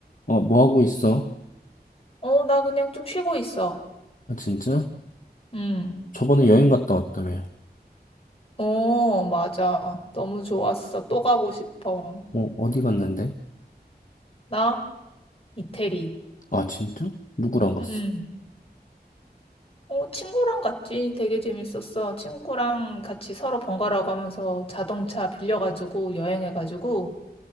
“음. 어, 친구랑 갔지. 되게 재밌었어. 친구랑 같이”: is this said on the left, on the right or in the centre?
Left